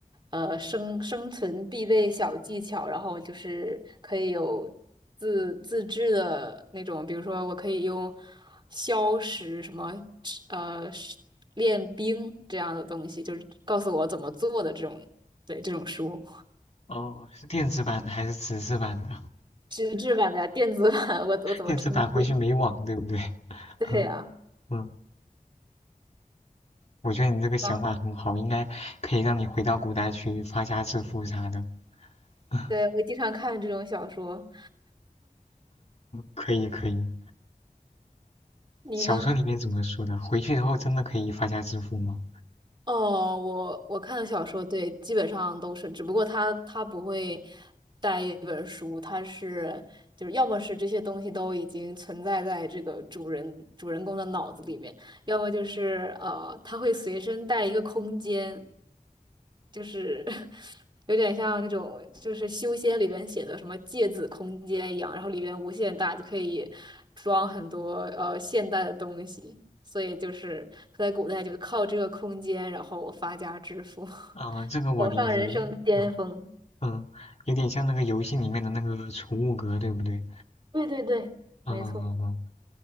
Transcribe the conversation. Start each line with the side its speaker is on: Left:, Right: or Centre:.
Right: 呃，生生存必备小技巧，然后就是可以有自自制的那种，比如说我可以用消食什么，呃，是练兵这样的东西，就是告诉我怎么做的这种，对，这种书，
Left: 哦，是电子版的还是纸质版的？
Right: 纸质版的、电子版，我我怎么充电？
Left: 电子版回去没网，对不对？
Right: <laughs> 对呀，
Left: 嗯嗯，我觉得你这个想法很好，
Right: 啊，
Left: 应该可以让你回到古代去发家致富啥的。<laughs>
Right: 对，我经常看这种小说，
Left: 可以可以，
Right: 你呢？
Left: 小说里面怎么说的？回去以后真的可以发家致富吗？
Right: 哦，我我看的小说，对，基本上都是，只不过他他不会带一本书，他是就是要么是这些东西都已经存在在这个主人主人公的脑子里面，要么就是呃，他会随身带一个空间，就是 <laughs> 有点像那种就是修仙里边写的什么芥子空间一样，然后里边无限大，就可以装很多呃现代的东西。所以就是他在古代就靠这个空间，然后发家致富。<laughs>
Left: 啊、这个我理解。
Right: 走上人生巅峰。
Left: 嗯嗯，有点像那个游戏里面的那个储物格，对不对？
Right: 对对对，
Left: 嗯嗯嗯。
Right: 没错。